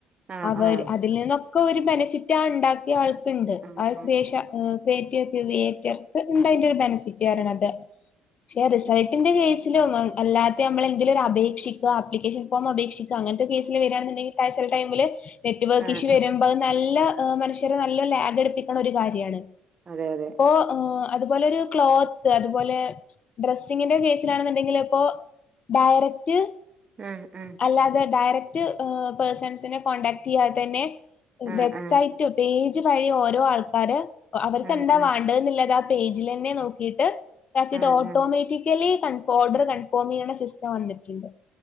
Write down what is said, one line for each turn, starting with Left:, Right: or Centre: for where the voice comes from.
Right: ആഹ്
Left: അവര്
Right: ആഹ്
Left: അതിൽ നിന്നു ക്ക് ഒരു ബെനിഫിറ്റാ ഉണ്ടാക്കിയ ആൾ ക്ക് ണ്ട് <unintelligible>
Right: ആഹ് ആഹ്
Left: ഡേറ്റ ക്രിയേറ്റർ ഉണ്ടതിന്റെ ഒരു ബെനിഫിറ്റ് പറ ണത് ക്ഷെ റിസൾട്ടിന്റെ കേസില് അല്ലാത്ത നമ്മളെന്തേലും ഒരു അപേക്ഷിക്കയോ ആപ്ലിക്കേഷൻ ഫോം അപേക്ഷിക്കേ അങ്ങനത്തെ കേസില് വരിയാണെന്നുണ്ടെങ്കിൽ ചെല ടൈമില് നെറ്റ് വർക്ക്
Right: ആഹ്
Left: ഇഷ്യു വരുമ്പോ
Right: ആഹ്
Left: അത് നല്ല ഹ് മനുഷ്യരെ നല്ല ലാഗടിപ്പിക്കണ ഒരു കാര്യാണ്
Right: അതെ അതെ
Left: അപ്പൊ ആ അതുപോലൊരു ക്ലോത്ത് അതുപോലെ ഡ്രസ്സിങ്ങിന്റെ കേസിലാണെന്നുണ്ടെങ്കില് ഇപ്പോ ഡയറക്റ്റ്
Right: ആഹ് ആഹ്
Left: അല്ലാതെ ഡയറക് റ്റ് പേഴ്സൺസിനെ കോൺടാക്ട് ചെയ്യാതെ തന്നെ
Right: ആഹ്
Left: വെബ്സൈറ്റ്
Right: ആഹ്
Left: പേ <unintelligible> പറയും ഓരോ ആൾക്കാര് അവർക്കെന്താ
Right: ആഹ് ആഹ്
Left: വേണ്ടത് എന്ന്ള്ളത് പേജിലന്നെ നോക്കിട്ട് <unintelligible>
Right: ആഹ്
Left: ഓട്ടോമാറ്റിക്കലി
Right: ആഹ്
Left: കൺഫോം ഓർഡർ കൺഫോം ചെയ്യണ സിസ്റ്റം വന്നിട്ടുണ്ട്